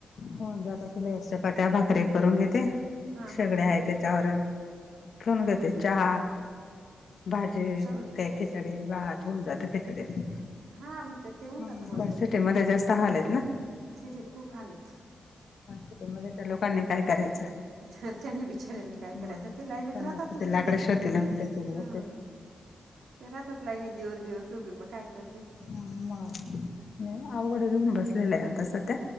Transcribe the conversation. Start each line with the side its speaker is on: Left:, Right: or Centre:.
Left: होऊन जाता. चुलीवर चपात्या, भाकऱ्या करून घेते शेगड्या
Right: हां हां
Left: आहेत. त्याच्यावर ठेऊन घेते चहा-
Right: हं.
Left: भाजी
Right: शेगडी-
Left: काही खिचडी, भात होऊन जात खिचडीवर.
Right: हा. मग तेहोऊन
Left: हा
Right: जात बा
Left: पण
Right: याच्या
Left: सिटीमध्ये
Right: मधे.
Left: जास्त हाल आहेत ना
Right: सिटीत खूप हाल येत.
Left: सिटी मध्ये त्या लोकांनी काय करायचं?
Right: आहेत त्यांनी बिचाऱ्यांनी काय करायचं
Left: म
Right: ते लाईनीत
Left: त्यांना
Right: राहतात
Left: कुठे
Right: उभे
Left: लाकडे शोधतील आणि कुठे चूल
Right: हां
Left: बघते. <inaudible>
Right: ते राहतात लाईनीत दिवस दिवस उभे. मग काय करतील?
Left: मग नाही अवघड होऊन बसलेलं आहे आता सध्या.